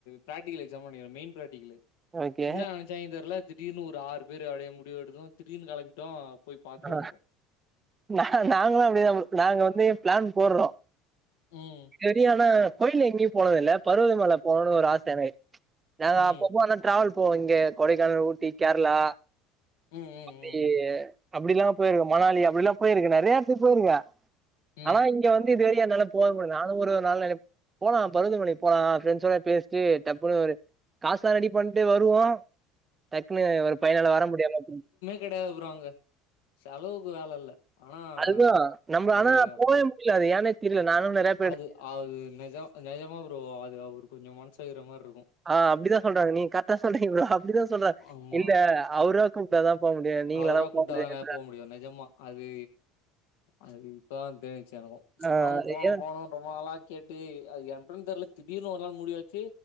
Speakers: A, on the left; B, on the right.
A: ப்ராக்டிகல் எக்ஸாம் நெனக்கிற மெய்ன் ப்ராக்டிகல்லு
B: ஓகே
A: என்ன ஜெய்னு தெர்ல திடீர்னு ஒரு ஆறு பேரு அப்டியே முடிவெடுக்கு திடீர்னு கெளம்பிட்டோ போய் பாத்துட்டு
B: ஆ
A: வந்ட்டோ
B: நா நாங்களு அப்டிதா ப்ரொ நாங்க வந்து ப்ளான் போட்றோ
A: ம்
B: செரியான கோயில்னு எங்கியு போனதில்ல பருவதமல போகனுன்னு ஒரு ஆச என நாங்க
A: ம்
B: அப்பப்போ ஆனா ட்ராவல் போவோ இங்க கொடைக்கானல் ஊட்டி கேர்ளா
A: ம் ம்
B: அப்டி
A: ம்
B: அப்டில்லா போய் இருக்குறோ மணாலி அப்டிலா போய்ருக்குற நறியா எடத்துக்கு போய் இருக்கே
A: ம்
B: ஆனா இங் இங்கெ வந்து இது வரக்கு என்னால போ முட்ல நானு ஒரு நாள் ந போலா பருவதமலைக் போலா ஃப்ரெண்ட்ஸ்ஸோட பேச்ட்டு டப்புன்னு ஒரு காசு எல்லா ரெடி பண்ட்டு வருவோ டக்குன்னு ஒரு பையனால வர முடியாம
A: கெடயாது ப்ரோ அங்க செலவுக்கு வேல இல்ல ஆனா
B: அதுதா நம்மள
A: அது
B: ஆனா போவே
A: அங்க
B: முடியாது ஏன்னே தெர்ல நானு நறையா
A: அது அது நெஜொ நெஜமா ப்ரோ அது அவரு கொஞ்சொம் மனசு வெக்கெற மாரி இருக்கு
B: ஆ அப்டிதா சொல்றாங்க நீங் கரட்டா சொல்றீங்க ப்ரோ அப்டிதா சொல்றா
A: ஆமா
B: இல்ல அவுரு கூப்டாதா போ முடியு நீங்களா
A: அவரா
B: எல்லா
A: கூப்ட்டாதான
B: போ முடியாது
A: போ முடியு நெஜமா அது அது இப்பதா தென்னுச்சு எனக்கு
B: ஆ
A: நானு போனு
B: ஏ
A: போனு ரொம்ப நாளா கேட்டு அது எப்பன் தெர்ல திடீர்னு ஒரு நாள் முடிவாய்ச்சு